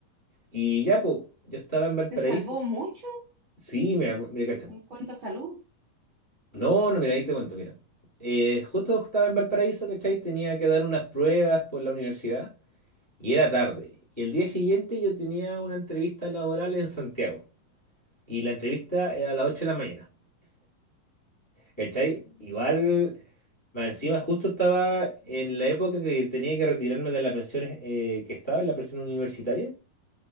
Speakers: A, on the left; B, on the right.
A: Y ya, pues, yo estaba en Valparaíso.
B: ¿Te salvó mucho
A: Sí, mira, mira, cacha.
B: en cuanto a salud?
A: No, no, mira, ahí te cuento, mira. Eh, justo estaba en Valparaíso, ¿cachai? Tenía que dar unas pruebas por la universidad y era tarde. Y el día siguiente yo tenía una entrevista laboral en Santiago y la entrevista era a las 8 de la mañana, ¿cachai? Igual, más encima justo estaba en la época que tenía que retirarme de la pensión eh, que estaba, en la pensión universitaria,